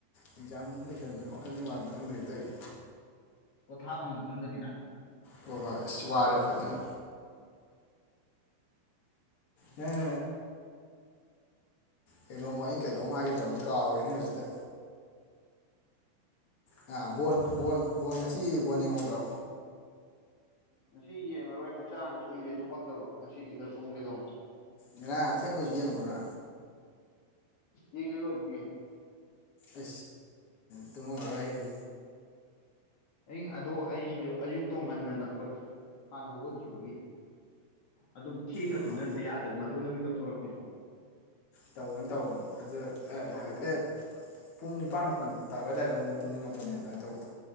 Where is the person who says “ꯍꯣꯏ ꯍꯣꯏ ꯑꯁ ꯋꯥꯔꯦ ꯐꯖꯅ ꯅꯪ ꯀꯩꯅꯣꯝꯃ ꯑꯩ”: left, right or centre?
Left